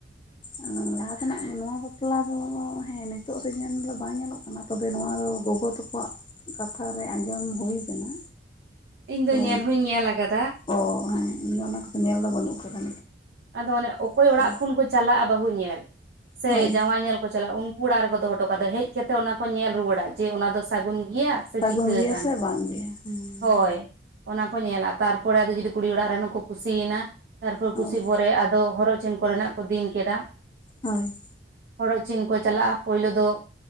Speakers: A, on the left; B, on the right.
A: ᱚᱸᱻ ᱞᱟᱦᱟ ᱛᱮᱱᱟᱜ ᱱᱚᱣᱟ ᱵᱟᱯᱞᱟ ᱫᱚ ᱦᱮᱸ ᱱᱤᱛᱚᱜ ᱥᱤᱡᱟᱹᱱ ᱫᱚ ᱵᱟᱝ ᱧᱮᱞᱚᱜ ᱠᱟᱱᱟ ᱛᱚᱵᱽ ᱵᱮ ᱱᱚᱣᱟ ᱫᱚ ᱜᱚᱜᱚ ᱛᱟᱠᱚᱣᱟᱜ ᱠᱟᱛᱷᱟ ᱨᱮ ᱟᱸᱡᱚᱢ ᱦᱩᱭ ᱠᱟᱱᱟ᱾
B: ᱤᱧ
A: ᱛᱚ
B: ᱫᱚ ᱧᱮᱞ ᱦᱩᱧ ᱧᱮᱞ ᱠᱟᱫᱟ᱾
A: ᱚ ᱦᱮᱸ ᱤᱧ ᱫᱚ ᱚᱱᱟ ᱠᱚᱫᱚ ᱧᱮᱞ ᱫᱚ ᱵᱟᱹᱱᱩᱜ ᱠᱟᱫᱟ᱾
B: ᱟᱫᱚ ᱚᱱᱮ ᱚᱠᱚᱭ
A: ᱟᱪᱪᱷᱟ
B: ᱚᱲᱟᱜ ᱠᱷᱚᱱ ᱠᱚ ᱪᱟᱞᱟᱜᱼᱟ ᱵᱟᱹᱦᱩ ᱧᱮᱞ ᱥᱮ
A: ᱦᱳᱭ
B: ᱡᱟᱶᱟᱭ ᱧᱮᱞ ᱠᱚ ᱪᱟᱞᱟᱜᱼᱟ ᱩᱱ ᱠᱩ ᱚᱲᱟᱜ ᱨᱮᱠᱚ ᱫᱚᱦᱚ ᱦᱚᱴᱚ ᱠᱟᱫᱟ ᱦᱮᱡ ᱠᱟᱛᱮᱜ ᱚᱱᱟ ᱠᱚ ᱧᱮᱞ ᱨᱩᱣᱟᱹᱲᱟ ᱡᱮ ᱚᱱᱟ ᱫᱚ ᱥᱟᱹᱜᱩᱱ ᱜᱮᱭᱟ᱾ ᱥᱮ
A: ᱥᱟᱹᱜᱩᱱ
B: ᱪᱤᱠᱟᱹ
A: ᱜᱮᱭᱟ
B: ᱠᱟᱱᱟ
A: ᱥᱮ ᱵᱟᱝ ᱜᱮᱭᱟ ᱦᱮᱸ
B: ᱦᱚᱭ᱾ ᱚᱱᱟ ᱠᱚ ᱧᱮᱞᱟ ᱛᱟᱨᱯᱚᱨᱮ ᱟᱫᱚ ᱡᱫᱤ ᱠᱩᱲᱤ ᱚᱲᱟᱜ ᱨᱮᱱ ᱦᱚᱠᱚ ᱠᱩᱥᱤᱭᱮᱱᱟ ᱛᱟᱨᱯᱚᱨᱮ
A: ᱦᱳᱭ
B: ᱠᱩᱥ ᱯᱚᱨᱮ ᱟᱫᱚ ᱦᱚᱨᱚᱜ ᱪᱤᱱ ᱠᱚᱨᱮᱱᱟᱜ ᱠᱚ ᱫᱤᱱ ᱠᱮᱫᱟ᱾
A: ᱦᱳᱭ᱾
B: ᱦᱚᱨᱚᱜ ᱪᱤᱱ ᱠᱚ ᱪᱟᱞᱟᱜᱼᱟ ᱯᱩᱭᱞᱩ ᱫᱚ